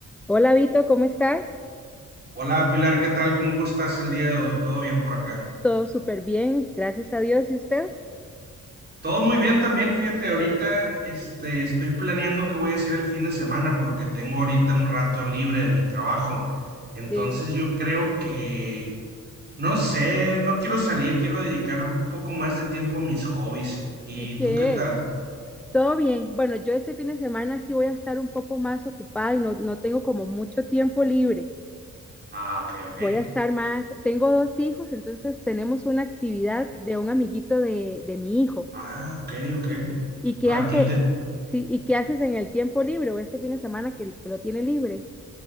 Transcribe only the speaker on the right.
Hola Pilar, ¿qué tal? ¿Cómo estás el día de hoy? ¿Todo bien por acá?
Todo muy bien también, fíjate, ahorita este, estoy planeando qué voy a hacer el fin de semana porque tengo ahorita un rato libre de mi trabajo. Entonces
yo creo que, no sé, no quiero salir, quiero dedicar un poco más de tiempo a mis hobbies. ¿Y
tú qué tal?
Ah, ok, ok.
Ah, ok, ok.
Vale,
qué